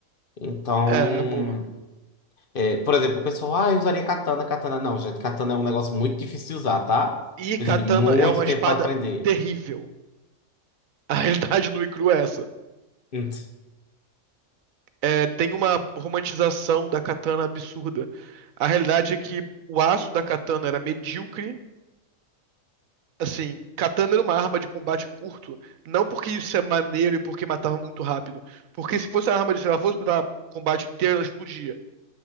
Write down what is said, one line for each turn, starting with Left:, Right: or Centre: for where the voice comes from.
Left: Então,
Right: É, é boa.
Left: é, por exemplo, o pessoal, ah, eu usaria katana, katana. Não, gente, katana é um negócio muito difícil de usar, tá?
Right: E
Left: Precisa
Right: katana
Left: de muito
Right: é uma
Left: tempo
Right: espada
Left: pra aprender.
Right: terrível. A realidade nua e crua é essa.
Left: Hum.
Right: É, tem uma romantização da katana absurda. A realidade é que o aço da katana era medíocre. Assim, katana era uma arma de combate curto, não porque isso é maneiro e porque matava muito rápido. Porque se fosse uma arma de, se ela fosse durar combate inteiro, ela explodia.